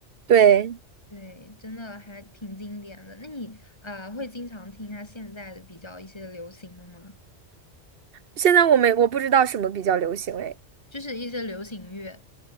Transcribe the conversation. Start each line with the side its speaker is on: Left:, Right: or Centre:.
Right: 对，
Left: 对，真的还挺经典的。那你呃会经常听他现在的比较一些流行的吗？
Right: 现在我没我不知道什么比较流行哎，
Left: 就是一些流行乐。